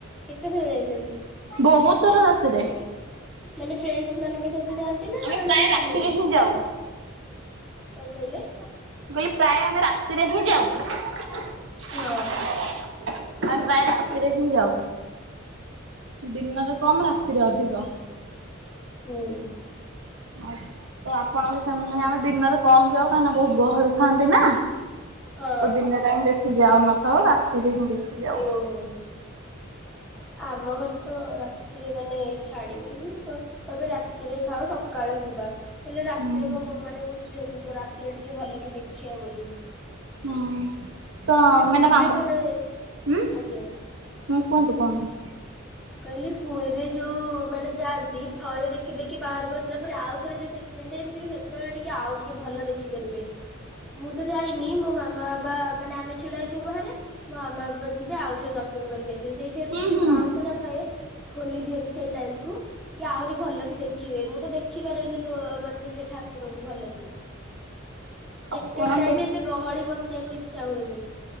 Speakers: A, in the centre; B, on the right.
A: କେତେଥର ଯାଇଛନ୍ତି?
B: ବହୁତ ଥର ରାତିରେ।
A: ମାନେ ଫ୍ରେଣ୍ଡ ମାନଙ୍କ ସହିତ ଯାଆନ୍ତି ନା
B: ଆମେ ପ୍ରାୟ
A: ମାନେ ଫାମିଲି।
B: ରାତିରେ ହିଁ ଯାଉ
A: କଣ କହିଲେ?
B: କହିଲି ପ୍ରାଏ ଆମେ ରାତିରେ ହିଁ ଯାଉ।
A: ହଁ
B: <unintelligible> କେ ପ୍ରାଏ ରାତିରେ ହିଁ ଯାଉ। ଦିନରେ କମ୍ ରାତିରେ ଅଧିକ।
A: ହୁଁ।
B: ଆ ତ ଆପଣ ବି ସେମି ଆମେ ଦିନରେ କମ ଯାଉ କାହିଁକିନା ବହୁତ ଗହଳି ଥାଆନ୍ତି ନା।
A: ହଁ
B: ତ ଦିନରେ ଆମେ ବେଶୀ ଯାଉନଥାଉ ରାତିରେ ହିଁ ବେଶୀ। ଯାଉ
A: ଓହୋ। ଆମ ଘରେ ତ ରା ରାତିରେ ମାନେ ଛାଡିବେନି କ କହିବେ ରାତିରେ ଥାଉ ସକାଳେ ଯିବା। ହେଲେ ରାତିରେ
B: ହୁଁ ହୁଁ
A: କ ମାନେ ବୁଝୁଚନ୍ତି ରାତିରେ ଟିକେ ଭଲ କି ଦେଖିବା ବୋଲି।
B: ହୁଁ ତ
A: ମାନେ
B: ମ୍ୟାଡମ
A: ପୁରୀରେ
B: ଆମ୍ବ
A: ଥରେ
B: ଉଁ।
A: ଆଜ୍ଞା
B: ହୁଁ କୁହନ୍ତୁ କୁହନ୍ତୁ।
A: କହିଲି ପୁରୀରେ ଯୋଉମାନେ ଯାଆନ୍ତି ଥରେ ଦେଖି ଦେଖି ବାହାରକୁ ଆସିଲା ପରେ ଆଉ ଥରେ ଯୋଉ ସେ <unintelligible> ଯୋ ସେତେବେଳେ ଟିକେ ଆଉ ଟିକେ ଭଲ ଦେଖିପାରିବେ। ମୁଁ ତ ଯାଇନି ମୋ ମାମା ବାବା। ମାନେ ଆମେ ଛିଡ଼ା ହେଇଥିବୁ ବାହାରେ ମୋ ମାମା ବାପା ଯିବେ ଆଉଥରେ ଦର୍ଶନ କରିକି ଆସିବେ ସେଇଥିରେ
B: ହୁଁ
A: ଟିକେ ଯୋଉ
B: ହୁଁ
A: ବାଉଁଶଟା <inaudible> ଖୋଲି ଦିଅନ୍ତି ସେଇ ଟାଇମକୁ ଟିକେ ଆହୁରି ଭଲ କି ଦେଖି। ଏ ମୁଁ ତ ଦେଖିପାରେନି କୋ ମାନେ ଟିକେ ଠାକୁରଙ୍କୁ ଭଲ କି। ସେକେଣ୍ଡ
B: ଆପଣ
A: ଟାଇମ
B: ଦେ
A: ଏତେ ଗହଳି ବଶିବାକୁ ଇଚ୍ଛା ହୁଏନି।